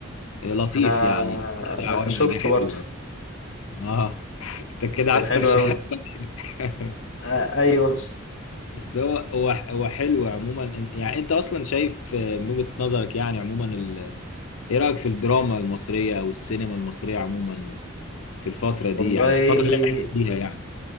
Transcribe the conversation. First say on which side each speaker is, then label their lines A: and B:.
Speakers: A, on the left; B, on the left.
A: آه، لطيف
B: انا
A: يعني في كده عوامل
B: شفته
A: نجاح
B: برضو
A: حلوة يعني. اه <laughs> انت كده عايز
B: كان حلو
A: ترشيحات
B: قوي
A: تانية. <laughs>
B: أه ايوه
A: بس هو هو هو حلو عموما إن- يعني انت اصلا شايف آه، من وجهة نظرك يعني عموما ال... ايه رأيك في الدراما المصرية او السينما المصرية عموما في الفترة دي
B: والله
A: يعني في الفترة اللي احنا فيها يعني